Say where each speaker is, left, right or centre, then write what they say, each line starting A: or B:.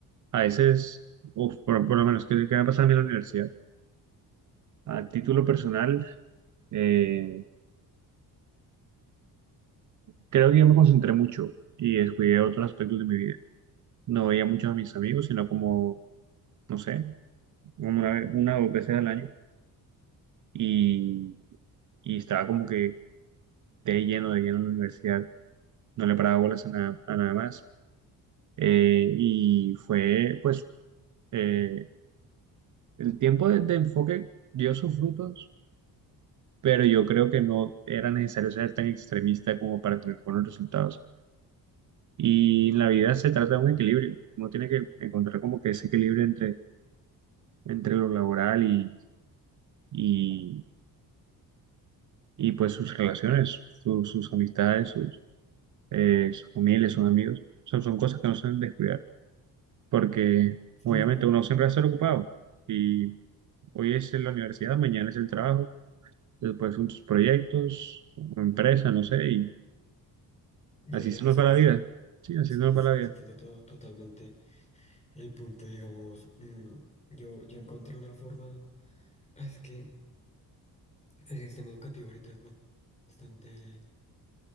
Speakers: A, on the right; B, on the left.
A: A veces, uf, por, por lo menos, que, que me ha pasado a mí en la universidad? A título personal, eh, creo que yo me concentré mucho y descuidé otros aspectos de mi vida. No veía mucho a mis amigos, sino como, no sé, como una, vez- una o dos veces al año. Y y estaba como que de lleno, de lleno en la universidad, no le paraba bolas a nada, a nada más. Eh, y fue, pues, eh, el tiempo de, de enfoque dio sus frutos, pero yo creo que no era necesario ser tan extremista como para tener buenos resultados. Y en la vida se trata de un equilibrio, uno tiene que encontrar como que ese equilibrio entre, entre lo laboral y, y, y pues sus relaciones, su- sus amistades, sus, eh, su familia, sus amigos. Son, son cosas que no se deben descuidar. porque
B: Sí,
A: obviamente
B: no.
A: uno siempre va a estar ocupado y hoy es en la universidad, mañana es el trabajo, después son tus proyectos, una empresa, no sé, y
B: Y
A: así
B: así se
A: se
B: pasa
A: nos va
B: la
A: la
B: vida.
A: vida. Sí, así
B: Sí,
A: se nos
B: sí,
A: va la vida.
B: te entiendo todo, totalmente. El punto, digamos, mm, yo, yo encontré una forma. Ah, Es que el sistema educativo ahorita es ba- bastante,